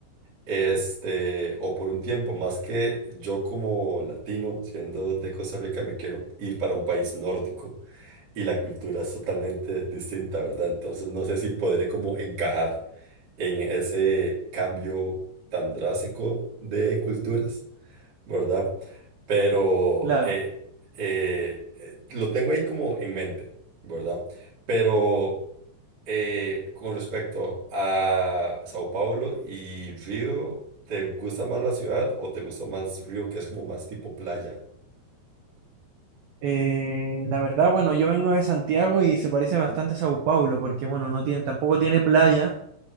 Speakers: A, on the right; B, on the right.
A: este, o por un tiempo. Más que yo como latino, siendo de Costa Rica, me quiero ir para un país nórdico y la cultura es totalmente distinta, ¿verdad? Entonces no sé si podré como encajar en ese cambio tan drástico de culturas. ¿verdad? Pero
B: claro.
A: eh, eh, eh, lo tengo ahí como en mente, ¿verdad? Pero eh, con respecto a Sao Paulo y Río, ¿te gusta más la ciudad o te gusta más Río, que es como más tipo playa?
B: Eh, la verdad, bueno, yo vengo de Santiago y se parece bastante a Sao Paulo, porque bueno, no tiene, tampoco tiene playa